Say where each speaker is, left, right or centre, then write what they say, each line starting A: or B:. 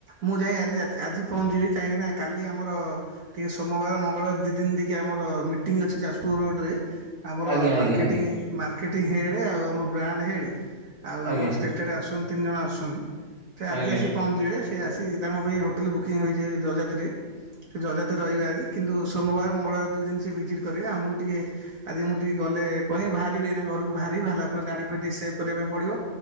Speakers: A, on the right (about 60°); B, on the right (about 20°).
A: ମୁଁ ଯାଇ ଆଜି ରା ଆଜି ପହଞ୍ଚିବି କାହିଁକି ନା କାଲି ଆମର ଟିକେ ସୋମବାର ମଙ୍ଗଳବାର ଦିଇ ଦିନ ଟିକେ ଆମର ମିଟିଂ ଅଛି ଯାଜପୁର ରୋଡ ରେ। ଆମର
B: ଆଜ୍ଞା ଆଜ୍ଞା
A: ମାର୍କେଟିଂ
B: ଆଜ୍ଞା।
A: ମାର୍କେଟିଂ ହେଇଆଡେ ଆଉ ଆମର ବ୍ରାଣ୍ଡ ହେଇଆଡେ। ଆଉ
B: ଆଜ୍ଞା
A: ଆମର ଷ୍ଟେଟ୍ ଡେ ଆସୁଛନ୍ତି ତିନି ଜଣ ଆସୁଛନ୍ତି, ତ ଆଜି
B: ଆଜ୍ଞା
A: ଆସି ପହଞ୍ଚିବେ। ସେ ଆସି ତାଙ୍କ ପାଇଁ ହୋଟେଲ ବୁକିଂ ହେଇଛି ଜଯାତି ରେ। ସେ ଯଜାତରେ ରହିବେ ଆଜି କିନ୍ତୁ ସୋମବାର ମଙ୍ଗଳବାର ଦୁଇ ଦିନ ସେ ଭିଜିଟ୍ କରିବେ ଆମକୁ ଟିକେ ଆଜି ମୁଁ ଟିକେ ଗଲେ ପାଇଁ ବାହାରିବି ଏଇନା ଘରକୁ ବାହାରିବି ବାହାରିଲା ପରେ ଦାଢି ଫାଢି ଟିକେ ସେଭ କରିବା ପାଇଁ ପଡିବ।